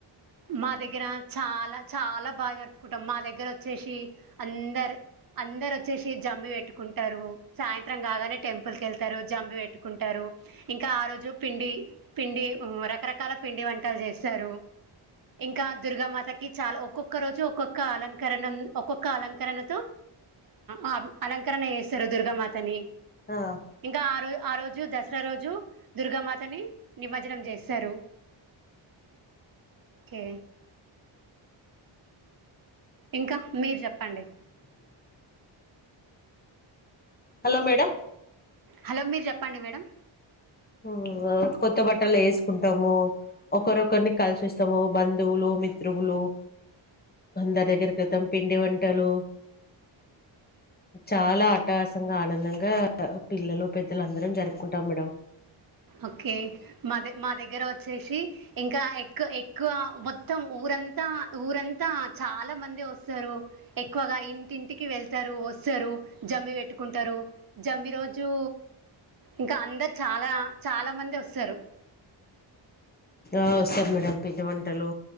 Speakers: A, on the right (about 45°); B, on the left (about 20°).
A: మా దగ్గర చాలా చాలా బాగా జరుపుకుంటాం మా దగ్గర వచ్చేసి అందరు అందరు వచ్చేసి జమ్మి పెట్టుకుంటారు సాయంత్రం కాగానే టెంపుల్ కెళ్తారు జంబి పెట్టు కుంటారు ఇంకా ఆ రోజు పిండి పిండి రకరకాల పిండి వంటలు చేస్తారు ఇంకా దుర్గామాతకి చాలా ఒక్కొక్క రోజు ఒక్కొక్క అలంక కరణం ఒక్కొక్క అలంకరణతో ఆ అలంకరణ చేస్తారు దుర్గామాతని
B: ఆ
A: ఇంకా ఆరోజ ఆ రోజు దసరా రోజు దుర్గామాత ని నిమజ్జనం చేస్తారు కే ఇంకా మీరు జేప్పండి.
B: హలో మేడం
A: హలో మీరు జెప్పండి. మేడం
B: హ్ ఆ కొత్త బట్టలు ఏసుకుంటాము. ఒకరొకరిని కలిసి వోస్తాము. బంధువులు మిత్రువులు అందరి దగ్గరికి ఏళ్తాము. పిండి వంటలు చాలా అట్టహాసంగా ఆనందంగా పిల్లలు పెద్దలు అందరం జరుపుకుంటాం. మేడం
A: ఓకె మా మా దగ్గర వోచ్చేసి ఇంకా ఎక్కు ఎక్కువ మొత్తం ఊరంతా ఊరంతా చాలా మంది వస్తారు. ఎక్కువగా ఇంటింటికి వెళ్తారు వస్తారు. జమ్మి పెట్టుకుంటారు. జమ్మి రోజు ఇంకా అందరు చాలా చాలామంది వస్తారు
B: ఆ వస్తారు మేడం పిండి వంటలు